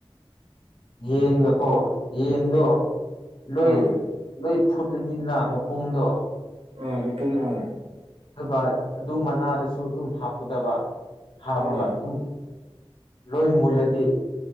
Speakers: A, on the left; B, on the right.
A: ꯌꯦꯟꯒꯀꯣ ꯌꯦꯟꯗꯣ ꯂꯣꯏ
B: ꯑꯥ
A: ꯂꯣꯏ ꯐꯨꯠꯂꯅꯤꯅ ꯃꯄꯨꯝꯗꯣ
B: ꯑꯥ ꯃꯄ ꯑꯥ
A: ꯑꯗꯨꯒ ꯑꯗꯨ ꯃꯅꯥꯗꯁꯨ ꯑꯗꯨꯝ ꯍꯥꯞꯀꯗꯕ ꯍꯥꯞꯔꯒ
B: ꯎꯝ
A: ꯑꯗꯨꯝ ꯂꯣꯏ ꯃꯨꯜꯂꯗꯤ